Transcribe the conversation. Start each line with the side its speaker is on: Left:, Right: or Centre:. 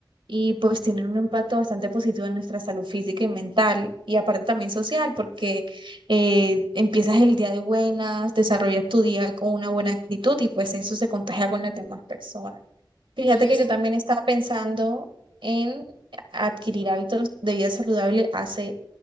Right: y pues tienen un impacto bastante positivo en nuestra salud física y mental y aparte también social, porque eh, empiezas el día de buenas, desarrollas tu día con una buena actitud y pues eso se contagia con las demás personas. Fíjate
Left: Y yo
Right: que
Left: siento,
Right: yo también estaba pensando en adquirir hábitos de vida saludable hace